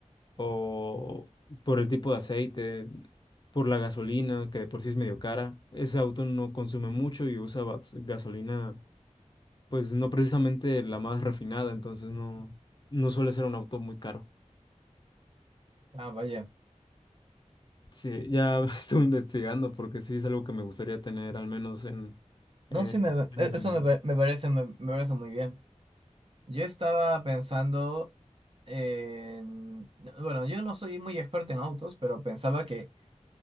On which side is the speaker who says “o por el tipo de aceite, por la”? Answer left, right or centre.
Left